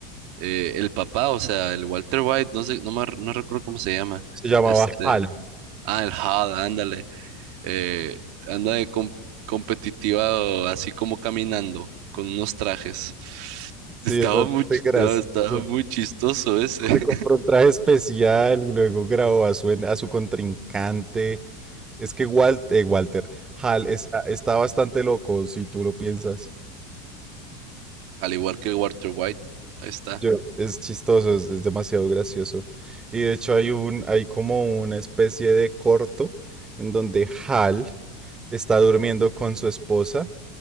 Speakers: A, on the right (about 55°); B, on the right (about 20°).
A: eh, el papá, o sea, el Walter White, no sé, no, me, no recuerdo cómo se llama.
B: Se llamaba
A: Este,
B: Hal.
A: ah, el Hal, ándale. eh, anda de com- competitiva, así como caminando, con unos trajes.
B: Sí,
A: Estaba
B: es bastante
A: muy, ch-
B: gracioso.
A: no, estaba muy chistoso ese,
B: Se compró un traje especial y luego grabó a su, en- a su contrincante. Es que Walt- eh, Walter Hal está, está bastante loco, si tú lo piensas.
A: <laughs> al igual que Walter White. Ahí está.
B: Yo- es chistoso, es, es demasiado gracioso. Y de hecho hay un, hay como una especie de corto en donde Hal está durmiendo con su esposa.